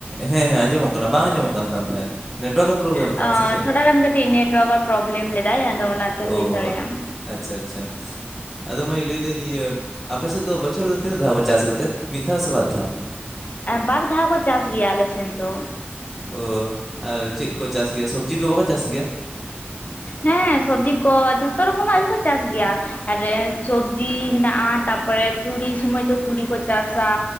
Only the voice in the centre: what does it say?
ᱦᱮᱸ ᱟᱸᱡᱚᱢᱚᱜ ᱠᱟᱱᱟ ᱵᱟᱝ ᱟᱸᱡᱚᱢᱚᱜ ᱠᱟᱱ ᱛᱟᱢ ᱛᱟᱦᱮᱸᱫ, ᱱᱮᱴᱣᱟᱨᱠᱮ ᱯᱨᱳᱵᱽᱞᱮᱢᱮᱫ
ᱛᱟᱢᱟ ᱥᱮ ᱪᱮᱫ?
ᱚ
ᱟᱪᱪᱷᱟ ᱟᱪᱪᱷᱟ ᱟᱫᱚ ᱢᱟᱹᱭ ᱞᱟᱹᱭᱫᱟᱹᱧ ᱤᱭᱟᱹ ᱟᱯᱮᱥᱮᱫ ᱫᱚ ᱵᱚᱪᱷᱚᱨ ᱨᱮᱫᱚ ᱛᱤᱱᱟᱹᱜ ᱫᱷᱟᱣ ᱪᱟᱥ ᱠᱟᱛᱮ ᱢᱤᱫ ᱫᱷᱟᱣ ᱥᱮ ᱵᱟᱨ ᱫᱷᱟᱣ?
ᱚ ᱟᱨ ᱪᱮᱫ ᱠᱚ ᱪᱟᱥ ᱜᱮᱭᱟ ᱥᱚᱵᱽᱡᱤ ᱠᱚ ᱵᱟᱠᱚ ᱪᱟᱥ ᱜᱮᱭᱟ‌?